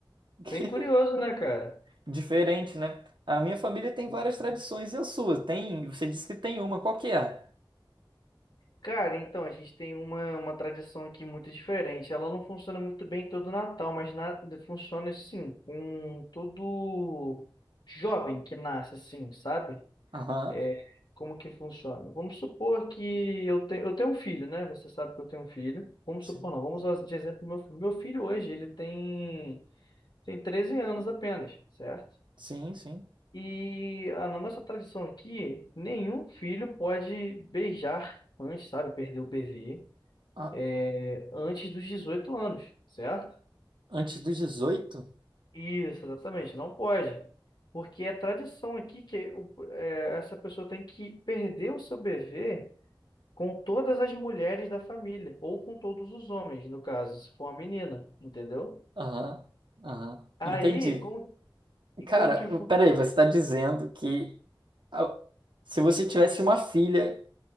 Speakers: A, on the right; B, on the left.
A: <laughs>
B: bem curioso, né, cara?
A: Diferente, né? A minha família tem
B: Uhum.
A: várias tradições e a sua? Tem, você disse que tem uma, qual que é?
B: Cara, então, a gente tem uma, uma tradição aqui muito diferente. Ela não funciona muito bem todo Natal, mas na, funciona assim, com todo jovem que nasce, assim, sabe?
A: Aham.
B: É, como que funciona? Vamos supor que eu, te, eu tenho um filho, né? Você sabe que eu tenho um filho. Vamos
A: Sim,
B: supor, não, vamos usar de exemplo meu filho. Meu filho hoje, ele tem, tem 13 anos apenas, certo?
A: sim. sim.
B: E ah, na nossa tradição aqui, nenhum filho pode beijar antes, sabe? Perder o bebê
A: Ah,
B: é, antes dos 18 anos, certo?
A: antes dos dezoito
B: Isso, exatamente, não pode. Porque é tradição aqui que o- é, essa pessoa tem que perder o seu bebê com todas as mulheres da família, ou com todos os homens, no caso, se for uma menina, entendeu?
A: Aham. Aham.
B: Aí,
A: Entendi.
B: como, e
A: Cara,
B: como que foi?
A: peraí, você está dizendo que a- se você tivesse uma filha,